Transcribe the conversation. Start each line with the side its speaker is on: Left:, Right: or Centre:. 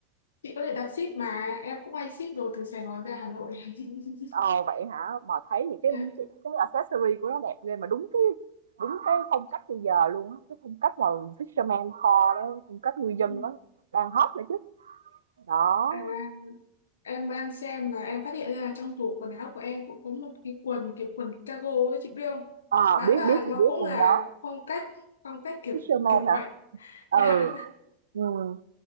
Left: chị có thể đặt ship mà em cũng hay ship đồ từ Sài Gòn ra Hà Nội <laughs>
Right: Ờ vậy hả? Mà thấy thì cái
Left: Yeah.
Right: cái, cái accessory của nó đẹp ghê mà đúng cái đúng cái phong cách bây giờ luôn á, cái phong cách mà fisherman kho đó, phong cách ngư dân
Left: Ừ.
Right: đó đang hot nữa chứ. Đó.
Left: à em đang xem và em phát hiện ra là trong tủ quần áo của em cũng có một cái quần kiểu quần cargo ấy chị biết không
Right: À
Left: hóa
Right: biết
Left: ra
Right: biết chị
Left: nó
Right: biết
Left: cũng
Right: luôn
Left: là
Right: đó.
Left: phong cách phong cách kiểu
Right: Fisherman
Left: kiểu
Right: hả?
Left: vậy <laughs>
Right: Ừ.
Left: dạ
Right: Ừ.